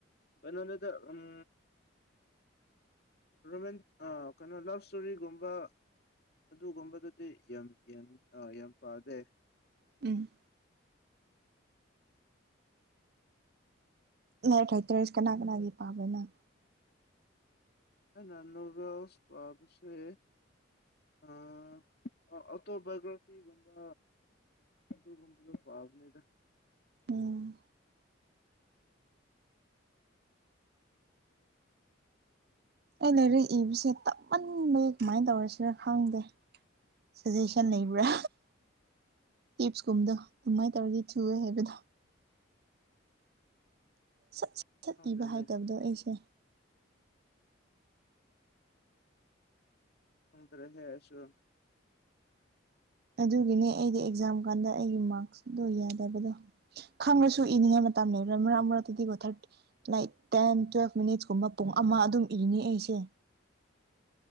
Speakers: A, on the left; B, on the right.
A: ꯀꯩꯅꯣꯅꯤꯗ ꯎꯝ ꯔꯣꯃꯦꯟ ꯑꯥ ꯀꯩꯅꯣ ꯂꯞ ꯏꯁꯇꯣꯔꯤꯒꯨꯝꯕ ꯑꯗꯨꯒꯨꯝꯕꯗꯗꯤ ꯌꯥꯝ ꯌꯥꯝ ꯄꯥꯗꯦ
B: ꯎꯝ ꯅꯪ ꯔꯥꯏꯇꯔ꯭ꯁ ꯀꯅꯥ ꯀꯅꯥꯒꯤ ꯄꯥꯕꯅꯪ
A: ꯑꯩꯅ ꯅꯣꯚꯦꯜꯁ ꯄꯥꯕꯁꯦ ꯑ ꯑꯣꯇꯣꯕꯒ꯭ꯔꯇꯤꯒꯨꯝꯕ ꯑꯗꯨꯒꯨꯝꯕꯗꯣ ꯄꯥꯕꯅꯤꯗ
B: ꯎꯝ ꯑꯩ ꯂꯥꯏꯔꯤꯛ ꯏꯕꯁꯦ ꯇꯞꯃꯟꯕꯒꯤ ꯀꯃꯥꯏꯅ ꯇꯧꯔꯁꯤꯔ ꯈꯪꯗꯦ ꯁꯖꯦꯁꯟ ꯂꯩꯕ꯭ꯔꯥ ꯇꯤꯞꯁꯀꯨꯝꯕꯗꯣ ꯑꯗꯨꯃꯥꯏꯅ ꯇꯧꯔꯗꯤ ꯊꯨꯑꯦ ꯍꯥꯏꯕꯗꯣ ꯁꯠ ꯁꯠ ꯁꯠ
A: ꯈꯪꯗꯦꯅꯦ
B: ꯏꯕ ꯍꯥꯏꯇꯕꯗꯣ ꯑꯩꯁꯦ
A: ꯈꯪꯗ꯭ꯔꯦ <unintelligible>
B: ꯑꯗꯨꯒꯤꯅꯦ ꯑꯩꯗꯤ ꯑꯦꯛꯖꯥꯝ ꯀꯥꯟꯗ ꯑꯩꯒꯤ ꯃꯥꯔꯛꯁꯤꯠꯗꯣ ꯌꯦꯡꯗꯕꯗꯣ ꯈꯪꯉꯁꯨ ꯏꯅꯤꯡꯉꯥꯏ ꯃꯇꯝ ꯂꯩꯔꯣꯢ ꯃꯔꯛ ꯃꯔꯛꯇꯗꯤꯀꯣ thirty like ten twelve minutes ꯀꯨꯝꯕ ꯄꯨꯡ ꯑꯃ ꯑꯗꯨꯝ ꯏꯅꯤ ꯑꯩꯁꯦ